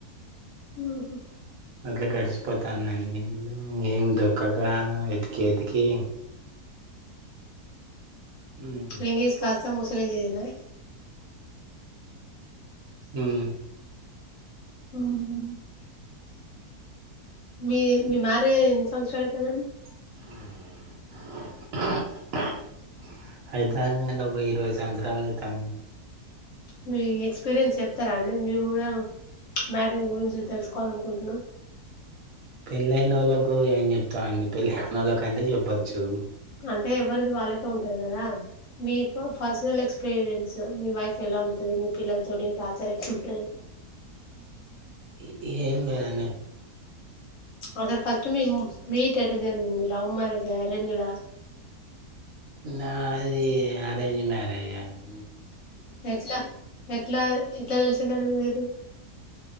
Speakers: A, on the left (about 60°); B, on the right (about 65°).
A: ఉహు
B: అట్లా గడిచిపోతుందండి ఏం చేదాం ఏం దొరుకగా వెతికి వెతికి ఉమ్,
A: యంగ్ ఏజ్ కాస్తా ముసలి ఏజ్ అయిందా
B: ఉహు
A: ఆహా మీ మీ మ్యారేజ్ అయి ఎన్ని సంవత్సరాలు అయితాందండి
B: <inaudible> అయితాందండి ఒక ఇరువై సంవత్సరాలు అయితాంది
A: మీ ఎక్స్పీరియన్స్ చెప్తారా అండి మేము కూడా మ్యారేజ్ గురించి తెలుసుకోవాల అనుకుంటున్నాం
B: పెళ్ళైన ఓళ్ళలకు ఏం చెప్తాండి పెళ్లి కానోలా కంటే చెప్పొచ్చు
A: అంటే ఎవరిది వాళ్ళకే ఉంటది కదా మీ పర్సనల్ ఎక్స్పీరియన్స్ మీ వైఫ్ ఎలా ఉంటది మీ పిల్లలతోనే టార్చర్ ఎట్లు ఉంటుంది
B: ఎ ఏంలేదండి.
A: అసలు ఫస్ట్ మీ మీట్ ఎట్ట జరిగింది? Love marriage? అరేంజ్డ్ ఆ?
B: నాది అరేంజ్ మ్యారేజ్ అన్ని
A: ఎట్లా ఎట్లా ఎట్లా తెలిసిందండి? మీ ఇది.